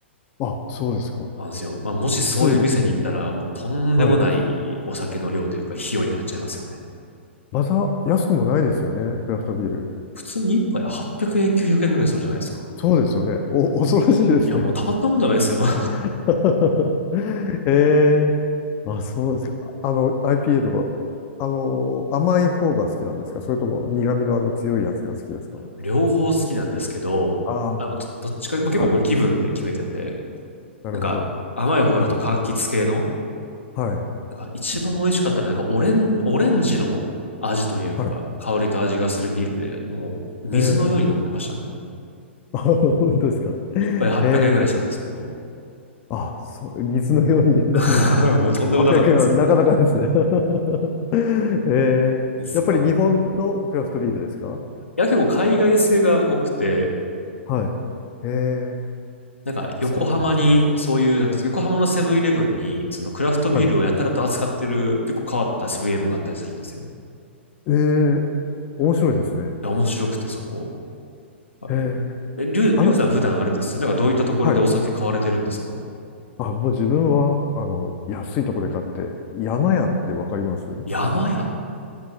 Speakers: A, on the left; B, on the left.
A: あ。あ、そうですか。
B: なんですよ。まあ、もしそういう店に行ったら、
A: 2ですね。
B: もうとんでもないお酒の量というか、
A: はい。
B: 費用になっちゃいますよね。
A: また安くもないですよね。クラフトビール。
B: 普通に一杯800円、900円ぐらいするじゃないですか。
A: そうですよね。お、恐ろしいですね。
B: いや、もうたまったもんじゃないですよ。<laughs>
A: <laughs> ええあ、そうですか。あの、IPA とか、あの、甘い方が好きなんですかそれとも苦味のあの強いやつが好きですか
B: 両方好きなんですけど、
A: あ
B: あのどどっちか、まあ、結構これ気分で決めてて、
A: あはい。なるほど。
B: なんか甘い方だと柑橘系の、
A: はい。はい。
B: なんか一番美味しかったのはなんかオレン、オレンジの味というか、
A: はい。
B: 香りと味がするビールで、もう水のように飲んでましたね。
A: えー、<laughs> あ、本当ですか。え
B: 一杯800円ぐらいしたんですけど。
A: ー、あ、そう、水のように飲む
B: <laughs> もうとんでもなかったですよ。
A: 800円はなかなかですね。<laughs> えー、
B: ですかね。
A: やっぱり日本のクラフトビールですか
B: いや、結構海外製が多くて、
A: はい。えー、
B: なんか、横浜に、
A: そうなんですね。
B: そういう、なんていうんですか、横浜のセブンイレブンに、そのクラフトビールをやたらと扱ってる、
A: はい。
B: 結構変わったセブンイレブンがあったりするんですよ。い
A: えー、面白いですね。
B: や、面白くて、そこ。はい
A: えー、
B: え、りゅう、
A: あの、
B: りゅうさん普段あれです。なんかどういったところでお酒買われてるんですか
A: はい。あ、もう自分は、あの、安いとこで買って、山屋ってわかります
B: 山屋。